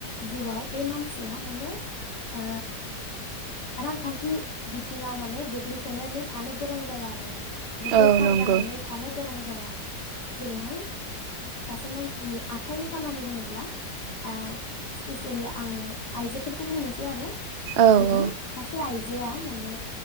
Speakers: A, on the left; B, on the right.
A: जिउआव बे मानसिया माने ओ रांखान्थि बिथिङाव माने गोग्लैसोनानै थानो गोनां जाया आरो बेखार
B: औ नंगौ
A: जानानै थानो गोनां जाया जेरै थाय सासे मानसिनि आखाइनि खामानि होनोब्ला ओ स्पेसियेलि आङो आइजोफोरखौ बुंनोसै आरो
B: औ
A: जुदि
B: औ
A: सासे आइजो आइजोआ माने